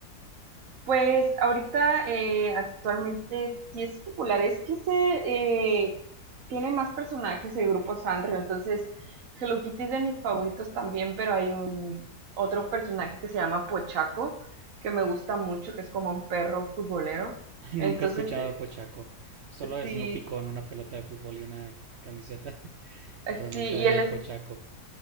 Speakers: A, on the right (about 60°); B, on the right (about 75°).
A: Pues ahorita eh, actualmente sí es popular, es que se eh, tiene más personajes el grupo Sanrio, entonces Hello Kitty es de mis favoritos también, pero hay un otro personaje que se llama Pochaco, que me gusta mucho, que es como un perro futbolero.
B: <laughs> Nunca
A: Entonces,
B: he escuchado
A: eh,
B: a Pochaco. Solo de
A: sí,
B: Snoopy con una pelota de fútbol y una camiseta, <laughs>
A: eh,
B: pero nunca
A: sí, y
B: de
A: el, es-
B: Pochaco.